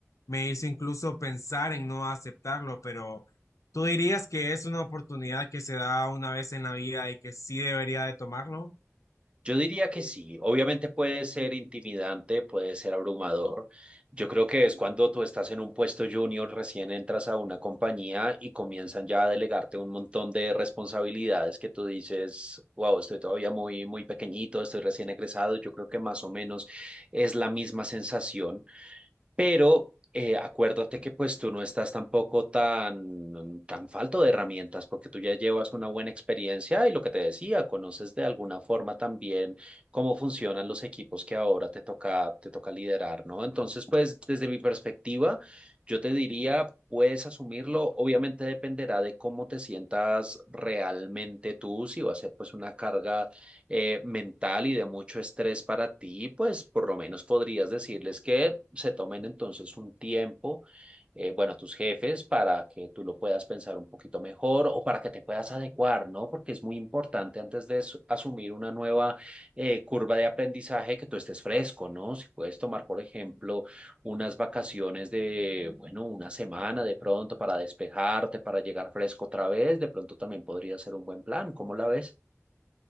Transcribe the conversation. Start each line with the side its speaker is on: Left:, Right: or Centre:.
Left: me hizo incluso pensar en no aceptarlo, pero ¿tú dirías que es una oportunidad que se da una vez en la vida y que sí debería de tomarlo?
Right: Yo diría que sí, obviamente puede ser intimidante, puede ser abrumador. Yo creo que es cuando tú estás en un puesto junior, recién entras a una compañía y comienzan ya a delegarte un montón de responsabilidades que tú dices, wow, estoy todavía muy, muy pequeñito, estoy recién egresado. Yo creo que más o menos es la misma sensación pero eh, acuérdate que pues tú no estás tampoco tan, tan falto de herramientas porque tú ya llevas una buena experiencia y lo que te decía, conoces de alguna forma también cómo funcionan los equipos que ahora te toca, te toca liderar, ¿no? Entonces, pues desde mi perspectiva, yo te diría, puedes asumirlo, obviamente dependerá de cómo te sientas realmente tú, si va a ser pues una carga eh, mental y de mucho estrés para ti, pues por lo menos podrías decirles que se tomen entonces un tiempo, eh, bueno, tus jefes, para que tú lo puedas pensar un poquito mejor o para que te puedas adecuar, ¿no? Porque es muy importante antes de as- asumir una nueva eh, curva de aprendizaje que tú estés fresco, ¿no? Si puedes tomar, por ejemplo, unas vacaciones de, bueno, una semana de pronto para despejarte, para llegar fresco otra vez, de pronto también podría ser un buen plan. ¿Cómo la ves?